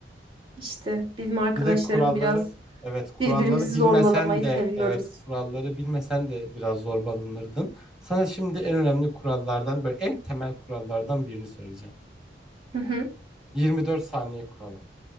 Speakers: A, on the right; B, in the centre.
A: İşte bizim arkadaşlarım
B: Bir de kuralları
A: biraz
B: evet kuralları
A: birbirimizi
B: bilmesen
A: zorbalamayı
B: de
A: seviyoruz.
B: evet kuralları bilmesen de biraz zorbalanırdın. Sana şimdi en önemli kurallardan böyle en temel kurallardan birini söyleyeceğim.
A: Hı hı.
B: 24 saniye kuralı.